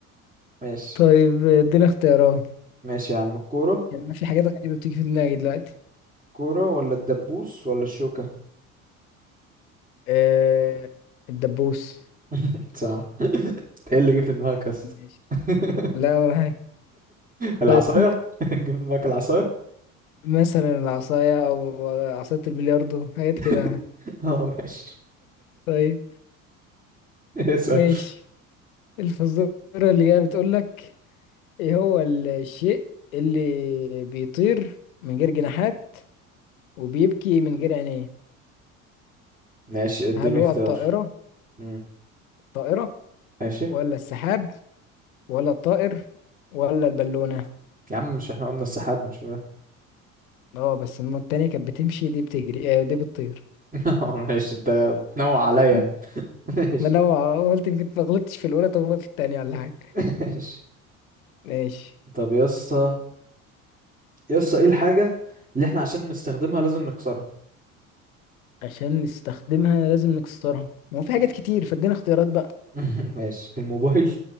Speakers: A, on the right (about 20°); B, on the left (about 80°).
A: <laughs> ماشي
B: طيب ادينا اختيارات
A: ماشي يا عم الكورة
B: يعني انا في حاجات غريبة بتيجي في دماغي دلوقتي
A: الكورة ولا الدبوس ولا الشوكة
B: آه الدبوس
A: <laughs> صح ايه اللي جه في دماغك يسا
B: ماشي
A: <laughs>
B: لا ولا حاجة
A: العصاية
B: طيب
A: <laughs> جه في دماغك العصاية
B: مثلا العصاية أو عصاية البلياردو حاجات
A: <laughs>
B: كده
A: اه ماشي
B: طيب
A: <laughs> اسأل
B: ماشي الفزورة اللي جاية بتقولك إيه هو الشيء اللي بيطير من غير جناحات وبيبكي من غير عينيه
A: ماشي اديني
B: هل هو
A: اختيار
B: الطائرة
A: امم
B: الطائرة
A: ماشي
B: ولا السحاب ولا الطائر ولا البالونة
A: يا عم مش احنا قلنا السحاب من شوية
B: اه بس الم- التانية كانت بتمشي دي بتجري آه دي بتطير
A: <laughs> ماشي انت بتنوع عليا
B: <laughs>
A: <laughs> ماشي
B: ما انا قلت يمكن ما غلطتش في الاولى طب غلطت في التانية ولا حاجة
A: ماشي
B: ماشي
A: طب يسا يسا ايه الحاجة اللي احنا عشان نستخدمها لازم نكسرها
B: عشان نستخدمها لازم نكسرها ما هو في حاجات
A: مم.
B: كتير فادينا اختيارات بقى
A: <laughs> ماشي الموبايل